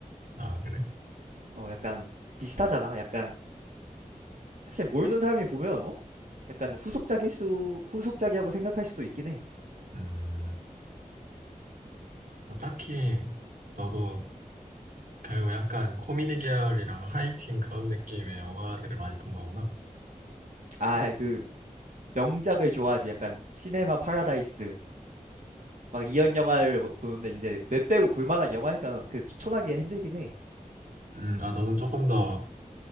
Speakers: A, on the right (about 85°); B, on the right (about 65°).
A: 아, 그래?
B: 어 약간 비슷하잖아. 약간 사실 모르는 사람이 보면 어? 약간 후속작일 수 후속작이라고 생각할 수도 있긴 해.
A: 음, 뭐 딱히, 너도 결국 약간 코미디 계열이랑 하이틴 그런 느낌의 영화들을 많이 본 거구나.
B: 아 그 명작을 좋아하지. 약간 시네마 파라다이스 막 이런 영화를 보- 보는데 이제 뇌 빼고 볼 만한 영화니까 그 추천하기가 힘들긴 해.
A: 음, 아, 너는 조금 더